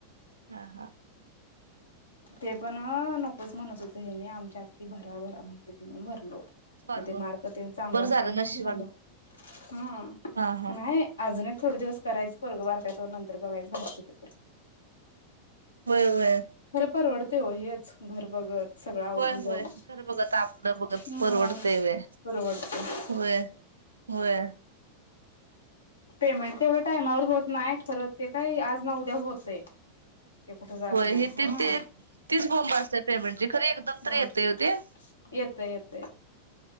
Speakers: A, on the right; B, on the left.
A: हा हा
B: ते पण नकोच म्हणत होत हेनी आमच्या आत्ती भराभरा म्हंटलीत म्हणून भरलो.
A: फॉर्म
B: मग ते मार्क तेन चांगलं
A: बरं
B: असल्यामूळं
A: झालं नशिबान
B: झालं हं
A: हा हा
B: नाही अजून एक थोडे दिवस करायच पोरगं बारकं नंतर बघायचं बाहेर कुठे तर
A: होय होय
B: खरं परवतय ओ हेच घर बघत सगळं आवरून
A: होय
B: जाऊन
A: होय घर बघत आपलं बघत
B: हा
A: परवडतय होय
B: परवडते
A: होय. होय.
B: पेमेंट तेवढं टायमावर होत नाही खरं ते काही आज ना उद्या होतय. ते कुठे जात
A: होय
B: नाही
A: इथ
B: हा
A: ते तीच बोंम्ब असतेय पेमेंटची खरी एकदा तर
B: हा
A: येतय हो ते
B: येतय येतय